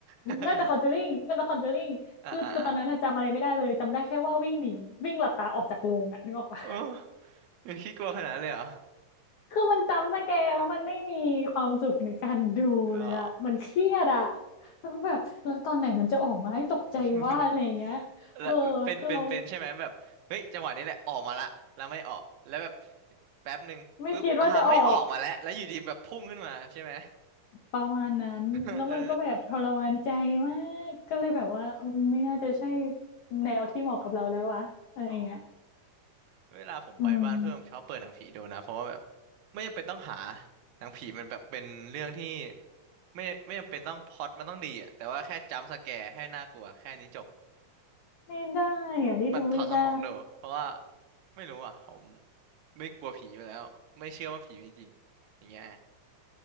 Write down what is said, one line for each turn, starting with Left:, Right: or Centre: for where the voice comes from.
Right: <laughs>
Left: น่าจะคอนเจอริงน่าจะคอนเจอริงคือคือตอนนั้นน่ะจำอะไรไม่ได้เลยจำได้แค่ว่าวิ่งหนีวิ่งหลับตาออกจากโรงอะนึกออกปะ
Right: อ่าอ่าอ่าโอ้ยังคิดกลัวขนาดนั้นเลยเหรอ
Left: คือมันจำสแกร์แล้วมันไม่มีความสุขในการดูเลยอะมันเครียดอะ
Right: อ๋อ
Left: แล้วแบบแล้วตอนไหนมันจะออกมาให้ตกใจว่าอะไรอย่างเงี้ยเออคือเรา
Right: <laughs> แล้วเป็นเป็นเป็นใช่ไหมแบบเฮ้ยจังหวะนี้แหละออกมาละแล้วไม่ออกแล้วแบบแป๊บหนึ่งปุ๊บอ่าไม่ออกมาแล้วแล้วอยู่ดีแบบพุ่งขึ้นมาใช่ไหม
Left: ไม่คิดว่าจะออกประมาณนั้นแล้วมันก็แบบทรมานใจมากก็เลยแบบว่าเออไม่น่าจะใช่
Right: <laughs> เออ
Left: แนวที่เหมาะกับเราแล้ววะอะไรอย่างเงี้ย
Right: อ๋อ เวลาผมไปบ้านเพื่อนผมชอบเปิดหนังผีดูนะเพราะว่าแบบ
Left: อืม
Right: ไม่จำเป็นต้องหาหนังผีมันแบบเป็นเรื่องที่ไม่ไม่จำเป็นต้องพล็อตมันต้องดีอะแต่ว่าแค่จัมป์สแกร์ให้น่ากลัวแค่นี้จบ
Left: ไม่ได้อะนี่ดูไม่ได้
Right: มันถอดสมองดูเพราะว่าไม่รู้อ่ะผมไม่กลัวผีอยู่แล้วไม่เชื่อว่าผีมีจริงอย่างเงี้ย